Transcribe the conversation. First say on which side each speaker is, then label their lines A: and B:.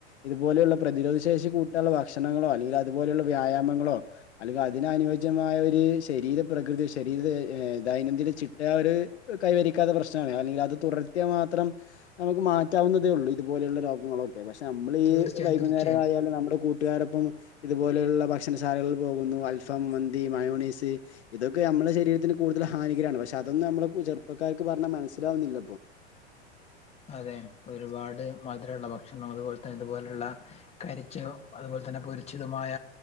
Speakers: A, on the left; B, on the left.
A: ഇതുപോലെയുള്ള പ്രതിരോധ ശേഷി കൂട്ടാനുള്ള ഭക്ഷണങ്ങളോ അല്ല അതുപോലെയുള്ള വ്യായാമങ്ങളോ അല്ലെങ്കില് അതിന് അനുയോജ്യമായരു ശരീര പ്രകൃതി ശരീര ദൈനംദിന ചിട്ട ആഹ് ഒര് കൈവരിക്കാത പ്രശ്നാണ് അല്ലെങ്കിൽ അത് തുടർത്തിയാ മാത്രം നമുക്ക് മാറ്റാവുന്നതേ ഉള്ളൂ ഇതുപോലെയുള്ള രോഗങ്ങളൊക്കെ പക്ഷെ നമ്മൾ ഈ
B: തീർച്ചയായും
A: വൈകുന്നേരാ
B: തീർച്ചയായും
A: യാലും നമ്മുടെ കൂട്ടുകാരൊപ്പം ഇതുപോലെയുള്ള ഭക്ഷണശാലകളിൽ പോകുന്നു അൽഫം മന്തി മയോനൈസ് ഇതൊക്കെ അമ്മെളെ ശരീരത്തിന് കൂടുതൽ ഹാനികരാണ് പക്ഷെ അതന്നും നമ്മള് ചെറുപകാർക്ക് പറഞ്ഞാ മനസിലാവുന്നില്ലപ്പൊ
B: അതെ ഒരുപാട് മധുരള്ള ഭക്ഷണം അതുപോൽതെ ഇതുപോലെയുള്ള കരിചോ അതുപോലെ തന്നെ പൊരിച്ചതുമായ